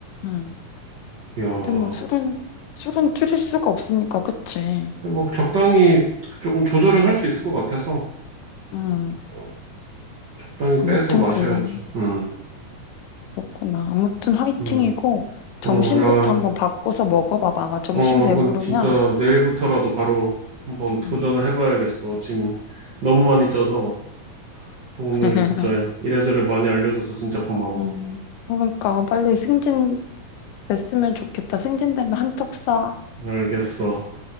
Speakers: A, on the left; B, on the right.
A: 응.
B: 이야.
A: 근데 뭐 술은, 술은 줄일 수가 없으니까, 그치?
B: 근데 뭐 적당히 조금 조절은 할 수 있을 것 같아서
A: 응.
B: 어, 적당히
A: 아무튼
B: 빼서 마셔야지.
A: 그럼,
B: 응,
A: 그렇구나. 아무튼 화이팅이고,
B: 응.
A: 점심부터
B: 어, 야,
A: 한번 바꿔서 먹어봐봐. 아마 점심
B: 어,
A: 배부르면,
B: 이건 진짜 내일부터라도 바로 한번 도전을
A: 응.
B: 해봐야겠어. 지금 너무 많이 짜서 오늘
A: <laughs>
B: 진짜 이래저래 많이 알려줘서 진짜 고마워.
A: 음, 그러니까 빨리 승진 됐으면 좋겠다. 승진되면 한턱 쏴.
B: 알겠어.